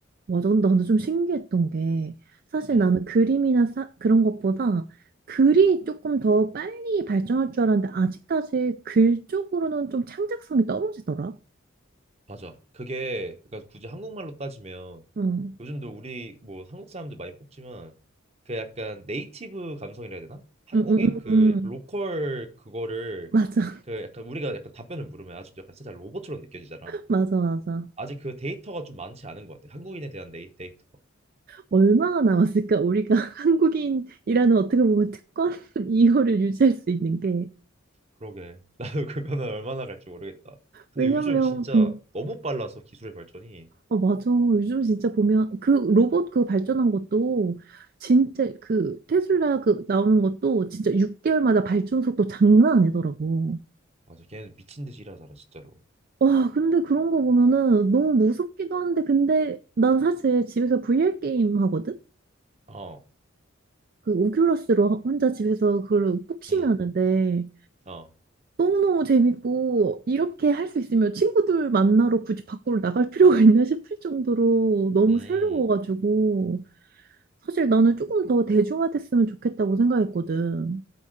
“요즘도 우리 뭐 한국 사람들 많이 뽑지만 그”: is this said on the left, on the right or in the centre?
Right